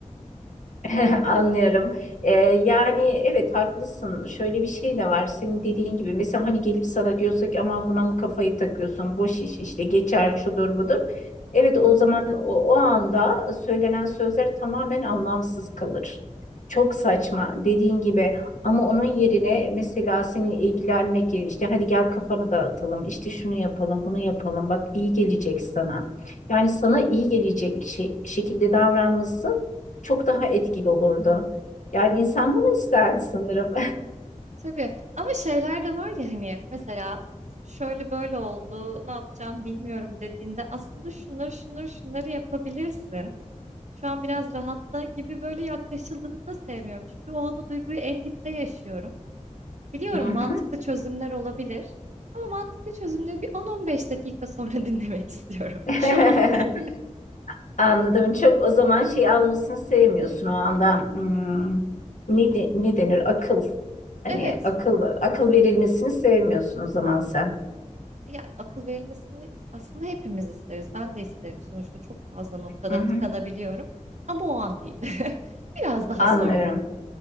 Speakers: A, on the left; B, on the right.
A: <laughs> Anlıyorum. Ee, yani evet haklısın. Şöyle bir şey de var. Senin dediğin gibi mesela hani gelip sana diyorsak ki aman buna mı kafayı takıyorsun? Boş iş işte geçer şudur budur. Evet o zaman o, o anda söylenen sözler tamamen anlamsız kalır. Çok saçma dediğin gibi ama onun yerine mesela seninle ilgilenmek yerine işte hadi gel kafanı dağıtalım işte şunu yapalım bunu yapalım bak iyi gelecek sana. Yani sana iyi gelecek şey, şekilde davranması çok daha etkili olurdu. Yani insan bunu ister sanırım.
B: Tabii ama şeyler de var ya hani mesela "Uf, şöyle böyle oldu ne yapacağım bilmiyorum dediğinde aslında şunları şunları şunları yapabilirsin. Şu an biraz rahatta gibi böyle yaklaşıldığını da sevmiyorum. Çünkü o an o duyguyu en dipte yaşıyorum. Biliyorum
A: <laughs> Hı hı.
B: mantıklı çözümler olabilir. Ama mantıklı çözümleri bir 10-15 dakika sonra <laughs> dinlemek istiyorum.
A: <laughs>
B: Şu an değil.
A: Anladım. Çok o zaman şey almasını sevmiyorsun o anda. Hmm, ne, de- ne denir? Akıl. Hani
B: Evet.
A: akıl akıl verilmesini sevmiyorsun o zaman sen.
B: Ya akıl verilmesini aslında hepimiz isteriz. Ben de isterim. Sonuçta çok fazla noktada
A: Hı hı.
B: tıkanabiliyorum. Ama o an değil. <laughs> Biraz daha
A: Anlıyorum.
B: sonra.